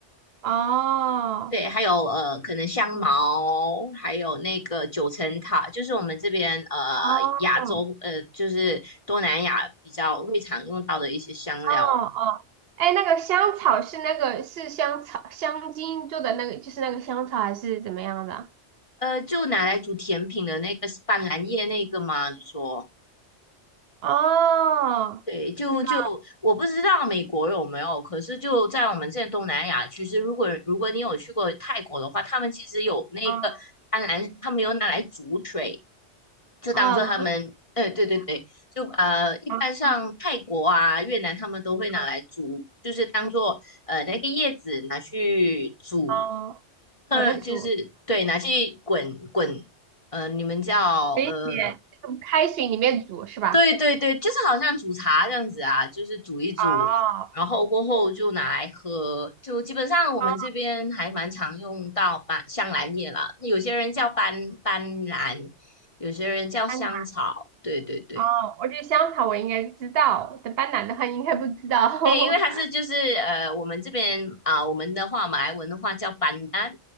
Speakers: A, on the right; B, on the left.
A: 哦
B: 对，还有呃，可能香茅，还有那个九层塔，就是我们这边呃亚洲呃，
A: 哦，
B: 就是东南亚比较会常用到的一些香料。
A: 哦哦，哎，那个香草是那个是香草香精做的那个，就是那个香草还是怎么样的
B: 呃，就拿来煮甜品的那个是斑斓叶那个吗？你说？
A: 啊？哦，
B: 对，就就我不知道美国有没有，
A: 知道
B: 可是就在我们这东南亚其是如果如果你有去过泰国的话，他们其实有那个甘蓝，
A: 啊，
B: 他们有拿来煮水，就当做他们，
A: 哦，煮，
B: 呃，对对对，就呃，一般像泰国啊、
A: 哦
B: 越南，他们都会拿来煮，
A: 哦
B: 就是当做呃那个叶子拿去煮，
A: 哦，
B: 嗯，
A: 把它煮，
B: 就是对，拿去滚滚，呃，你们叫呃
A: 给你用开水里面煮是吧？
B: 对对对，就是好像煮茶这样子啊，就是煮一煮，
A: 哦
B: 然后过后就拿来喝。就基本上我们这边还蛮常用到斑香兰叶啦，
A: 哦，
B: 有些人叫斑斑兰，有些人叫香草。
A: 斑斓，
B: 对对对，
A: 哦，我觉得香草我应该知道，但斑斓的话应该不知道。
B: 对，因为它是就是呃，
A: <laughs>
B: 我们这边啊、我们的话马来文的话叫斑丹。